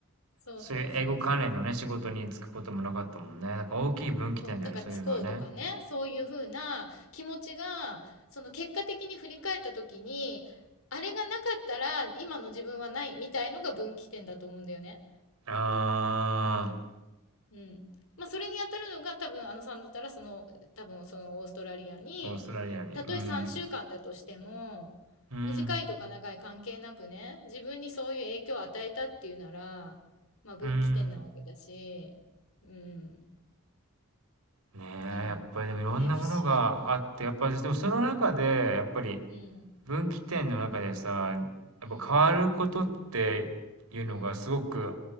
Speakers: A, on the left; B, on the right.
A: そうそうそうそう。
B: そういう英語関連のね、仕事に就くこともなかったもんね。なんか大きい分岐点だよね、
A: そう、だから、
B: そういうのはね。
A: つこうとかね、そういうふうな気持ちが、その結果的に振り返った時に、あれがなかったら今の自分はないみたいのが分岐点だと思うんだよね。
B: あ
A: うん。まあ、それに当たるのが多分、あのさんだったら、その、多分、そのオーストラリアに、
B: あ、オーストラリアに。
A: たとえ3週間だとしても、
B: うん。うん。
A: 短いとか長い関係なくね、自分にそういう影響を与えたっていうなら、まあ、分岐点なわけだし、
B: うん。
A: うん。
B: ねえ、
A: だから、
B: やっぱりでもいろんなものがあって、
A: ね、不思議な。
B: やっぱりでもその中で、やっぱり
A: うん。
B: 分岐点の中でさ、やっぱ変わることっていうのがすごく
A: うん、うん、